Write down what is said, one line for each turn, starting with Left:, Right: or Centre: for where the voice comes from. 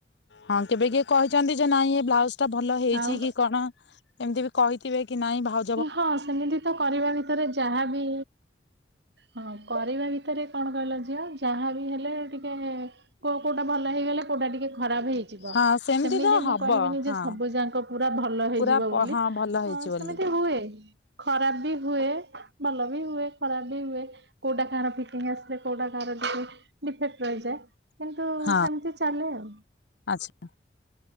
Left: ହଁ କେବେ କିଏ କହିଛନ୍ତି ଯେ ନାଇଁ ଏ ବ୍ଲାଉଜ ଟା ଭଲ ହେଇଛି
Right: ଆଉ
Left: କି କଣ ଏମିତି ବି କହିଥିବେ କି ନାଇଁ ଭାଉ
Right: ହଁ ସେମିତି ତ କରିବା ଭିତରେ ଯାହାବି ହଁ କରିବେନି ତ ଟିକେ କଣ କହିଲ ଝିଅ ଯାହାବି ହେଲେ ଟିକେ କୋ କୋଉଟା ଭଲ ହେଇଗଲା କୋଉଟା ଟିକେ ଖରାପ ହେଇ ହୋଇଯିବ
Left: ହଁ
Right: ସେମିତି
Left: ତ
Right: ମୁଁ
Left: ହବ
Right: କହିବିନି ଯେ
Left: ହଁ
Right: ସବୁ ଯାକ ପୁରା ଭଲ ହେଇଯିବ
Left: ପୁରା
Right: ବୋଲି
Left: ହଁ
Right: ହିଁ
Left: ଭଲ ହେଇଛି ବୋଲି
Right: ସେମିତି ହୁଏ ଖରାପ ବି ହୁଏ ଭଲ ବି ହୁଏ ଖରାପ ବି ହୁଏ। କୋଉଟା କାହାର ଫିଟିଙ୍ଗ ଆସିଲେ କୋଉଟା କାହାର ଡିଫେକ୍ଟ ରହିଯାଏ। କିନ୍ତୁ
Left: ହଁ
Right: ସେମିତି ଚାଲେ ଆଉ।
Left: ଆଚ୍ଛା